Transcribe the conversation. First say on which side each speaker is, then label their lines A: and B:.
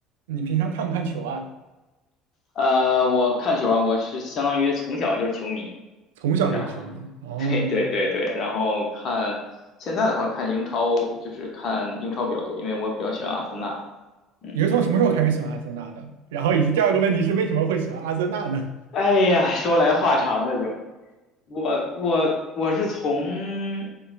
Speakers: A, on the right; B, on the left.
A: 你平常看不看球啊？
B: 呃，我看球啊，我是相当于从小就是球迷，
A: 从小就是球迷哦。
B: 然后 <laughs> 对对对对，然后看现在的话看英超，就是看英超比较多，因为我比较喜欢阿森纳。嗯，
A: 你是从什么时候开始喜欢阿森纳的？然后以及第二个问题是为什么会喜欢阿森纳呢？
B: 哎呀，说来话长了就，我我我是从